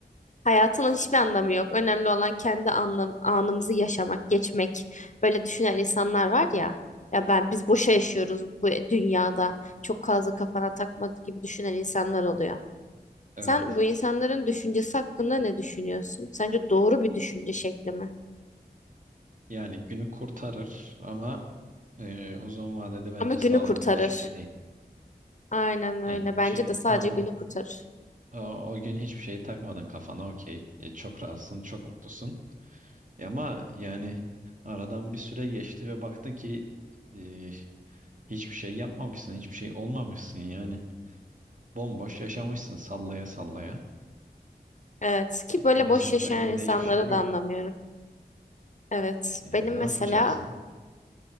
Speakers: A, on the left; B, on the right.
A: hayatının hiçbir anlamı yok. Önemli olan kendi anlam anımızı yaşamak, geçmek. Böyle düşünen insanlar var ya. Ya ben biz boşa yaşıyoruz bu dünyada. Çok fazla kafana takma gibi düşünen insanlar oluyor.
B: Evet.
A: Sen bu insanların düşüncesi hakkında ne düşünüyorsun? Sence doğru bir düşünce şekli mi?
B: Yani günü kurtarır ama e, uzun vadede bence
A: Ama günü
B: sağlıklı
A: kurtarır.
B: bir düşünce değil.
A: Aynen öyle.
B: Yani
A: Bence
B: çi-
A: de sadece
B: tamam
A: günü kurtarır.
B: o, o gün hiçbir şeyi takmadın kafana okey. E, çok rahatsın, çok mutlusun. E ama yani aradan bir süre geçti ve baktın ki e, hiçbir şey yapmamışsın, hiçbir şey olmamışsın yani. Bomboş yaşamışsın sallaya sallaya.
A: Evet ki
B: E, günün
A: böyle boş
B: sonunda
A: yaşayan
B: elinde
A: insanları
B: hiçbir şey yok.
A: da anlamıyorum. Evet
B: Yani
A: benim
B: ne
A: mesela
B: yapacaksın?